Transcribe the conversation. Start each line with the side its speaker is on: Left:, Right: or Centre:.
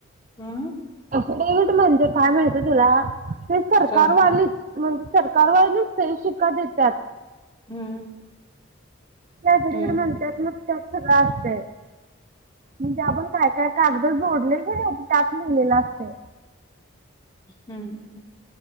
Left: हम्म.
Right: डेमिट म्हणजे काय माहित आहे तुला? ते सरकारवालीच
Left: का
Right: म्हणजे सरकार वाणी सही शिक्का देत्यात.
Left: हम्म.
Right: ते असत तिकड
Left: मग
Right: म्हणत्यात म्हणून. त्यात सगळं असतंय. म्हणजे आपण काय काय कागद जोडलंय कानी, ते त्यात लिहिलेलं असतंय.
Left: हम्म.